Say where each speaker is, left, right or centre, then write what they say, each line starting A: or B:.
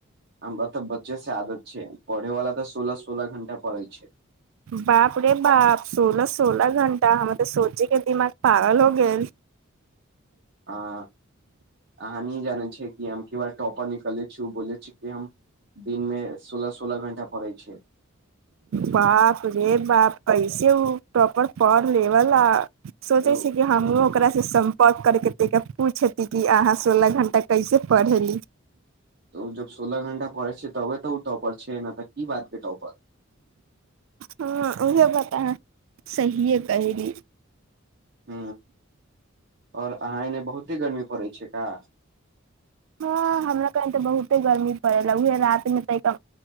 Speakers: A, on the right; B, on the right.
A: हमरा तऽ बच्चे से आदत छै पढ़ैवाला तऽ सोलह सोलह घं्टा पढ़े छै
B: बाप रे बाप सोलह सोलह घं्टा हमर तऽ सोचे के दिमाग पागल हो गेल
A: हँ अहाँ न जानै छियै कि हम के बार टॉपर निकलै छी बोले छी कि हम दिनमे सोलह सोलह घण्टा पढे छै
B: बाप रे बाप कैसे उ टॉपर पढ़ लेवल आ सोचै
A: तऽ
B: छी कि हमहुँ ओकरासँ सम्पर्क करके पूछती कि अहाँ सोलह घण्टा कैसे पढ़ेली
A: तऽ ओ जब सोलह घण्टा पढ़ै छै तबे तऽ ओ टॉपर छै नहि तऽ की बातके टॉपर
B: हँ उहे बात आहा सहिए कहयली
A: ह ओर अहाँ एन्ने बहुते गर्मी पड़ैत छै का
B: हँ हमरा कनि तऽ बहुते गर्मी पड़े ल उहे रात मे त